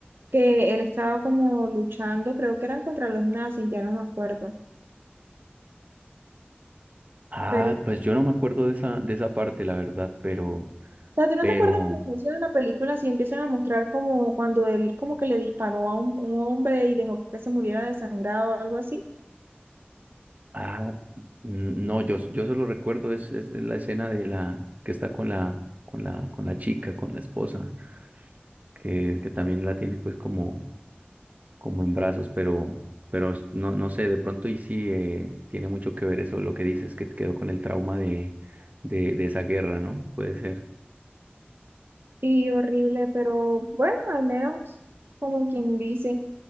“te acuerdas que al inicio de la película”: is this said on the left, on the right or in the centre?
Right